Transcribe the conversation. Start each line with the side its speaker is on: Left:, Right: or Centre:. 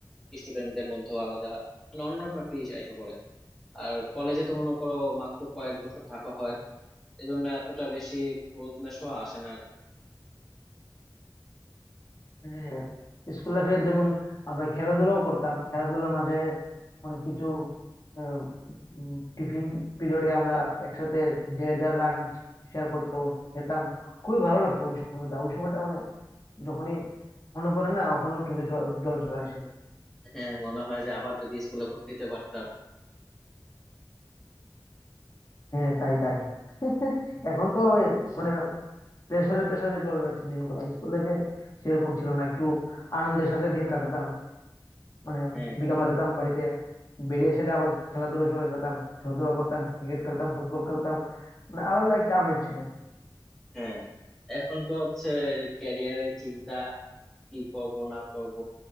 Centre: স্টুডেন্টদের মধ্যে আলাদা মানে অন্যরকম একটা ইস এসে পড়ে আর কলেজে তো মনে করো মাত্র কয়েক বছর থাকা হয় এই জন্য এতটা বেশি ক্লোজনেস আসে না আর কি।
Left: হ্যাঁ স্কুল লাইফে যেমন আমরা খেলাধুলাও করতাম খেলাধুলার মাঝে অনেক কিছু আহ, উম, টিফিন পিরিয়ডে আমরা একসাথে যে যার লাঞ্চ শেয়ার করতো খেতাম খুবই ভালো লাগতো ওই সময়টা ওই সময়টা মানে যখনই মনে পড়ে না ওখানে চোখে জ- জল চলে আসে
Centre: হ্যাঁ মনে হয় যে আবার যদি স্কুলে ভর্তি হতে পারতাম
Left: হ্যাঁ তাই তাই <laughs> এখন তো এই মানে প্রেসারে প্রেসারে চলে যাচ্ছে দিনগুলো স্কুল লাইফে সেরকম ছিল না একটু আনন্দের সাথে দিন কাটাতাম মানে
Centre: হ্যাঁ
Left: বিকালবেলা যেতাম বাড়িতে বেরিয়ে এসে দিয়ে আবার খেলাধুলা চলে যেতাম খেলাধুলা করতাম ক্রিকেট খেলতাম ফুটবল খেলতাম মানে আলাদা একটা আমেজ ছিল
Centre: হ্যাঁ এখন তো হচ্ছে ক্যারিয়ারের চিন্তা কি করব না করব